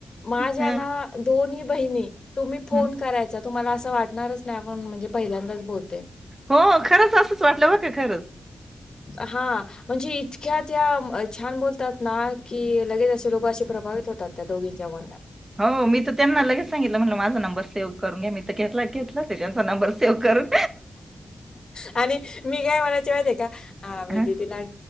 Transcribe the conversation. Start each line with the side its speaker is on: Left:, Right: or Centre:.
Left: माझ्या
Right: हं
Left: ना दोन्ही बहिणी तुम्ही फोन
Right: हं
Left: करायचा तुम्हाला असं वाटणारच नाही आपण म्हणजे पहिल्यांदाच बोलत
Right: हो खरंच असंच वाटलं बर का खरंच
Left: हां, म्हणजे इतक्या त्या छान बोलतात ना की लगेच असे लोकं प्रभावित होतात त्या दोघींच्या बोलण्याला.
Right: हो मी तर त्यांना लगेच सांगितलं म्हटलं माझा नंबर सेव्ह करून घ्या मी ला घेतला ते त्यांचा नंबर सेव करून
Left: आणि मी काय म्हणायचे माहिती आहे का? मी
Right: हां.
Left: दिदीला